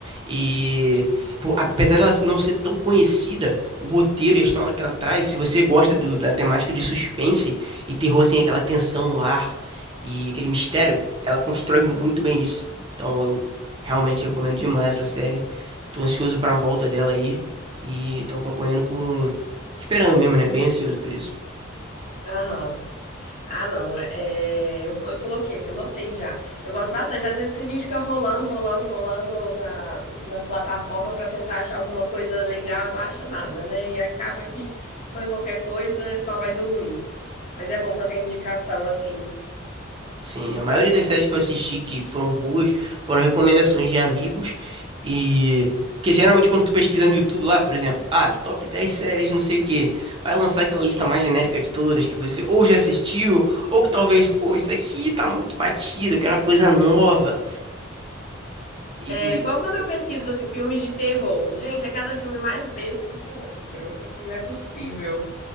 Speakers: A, on the right; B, on the left.
A: e pô, apesar dela não ser tão conhecida, o roteiro e a história que ela traz, se você gosta do- da temática de suspense e terror assim, aquela tensão no ar e aquele mistério, ela constrói muito bem isso. Então, eu realmente recomendo demais essa série. Tô ansioso pra volta dela aí. E tô acompanhando com. Esperando mesmo, né? Bem ansioso por isso.
B: Aham. Ah, não, é, é, eu vou- eu coloquei aqui, anotei já. Eu gosto bastante. Às vezes a gente fica rolando, rolando, rolando na, nas plataformas pra tentar achar alguma coisa legal e não acha nada, né? E acaba que põe qualquer coisa e só vai dormir. Mas é bom quando tem indicação assim.
A: Sim, a maioria das séries que eu assisti que foram boas foram recomendações de amigos. E. Porque geralmente quando tu pesquisa no YouTube lá, por exemplo, ah, top 10 séries, não sei o quê, vai lançar aquela lista mais genérica de todas que você ou já assistiu, ou que talvez, pô, isso aqui tá muito batido, eu quero uma coisa nova. E,
B: É
A: e
B: igual quando eu pesquiso assim, filmes de terror. Gente, é cada filme mais besta que o outro. Eu falo Assim, não é possível.